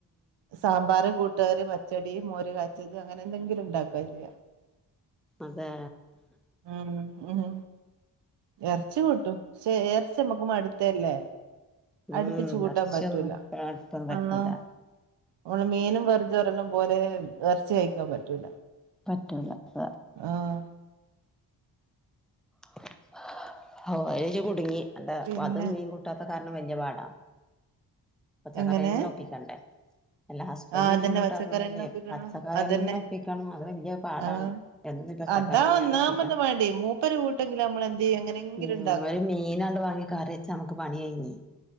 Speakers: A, on the right; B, in the centre.
A: സാമ്പാർ, കൂ ട്ടറി, പച്ചടി, മോര കാച്ചത് അങ്ങനെന്തെങ്കില്ണ്ടാക്ക ചെയ്യാ.
B: അതെ
A: ആണോ എർച്ചി കൂട്ടും ക്ഷേ എർച്ച്യമ്മക്ക് മട് ത്തല്ലേ
B: ഉം
A: അട്പ്പിച്ചൂട്ടാൻ
B: ഇറച്ചിയൊന്നും
A: പറ്റൂല.
B: ഒട്ടും പറ്റൂല
A: വള്ളോ നമ്മള് മീനും വെർജൊറന്നും പോലെ എർച്ചി കഴിക്കാൻ പറ്റൂല.
B: പറ്റൂല അതെ
A: ആഹ്
B: <unintelligible> അയ്‌ല്ജ് കുടുങ്ങി അണ്ടാ
A: പിന്നെ
B: അതും മീൻകൂട്ടാത്ത കാരണം വെല്ല്യെ പാടാ പച്ചക്കറ്യെന്നൊപ്പിക്കണ്ടേ
A: എങ്ങനെ
B: അല്ലാ ഹസ്ബൻഡ്
A: ആഹ് അതന്നെ
B: മീൻ കൂട്ടാത്തത്
A: പച്ചക്കറിന്നെ
B: കൊണ്ടേ
A: ഒപ്പിക്കണം
B: പച്ചക്കറ്യെന്നൊപ്പിക്കണം
A: അതന്നെ
B: അത് വെല്ല്യെ പാടാണ്.
A: ആഹ്
B: എന്നും പച്ചക്കറിങ്ങനൊപ്പിക്കാ
A: അതാ ഒന്നാമത് മടി മൂപ്പര് കൂട്ടെങ്കിൽ നമ്മൾ എന്ത് ചെയ്യും എങ്ങനെങ്കിലും
B: ഉം
A: ഉണ്ടാക്കും
B: ഒരു മീനണ്ട് വാങ്ങി കറ്യെച്ച അമക്ക് പണ്യയ്ഞ്ഞ്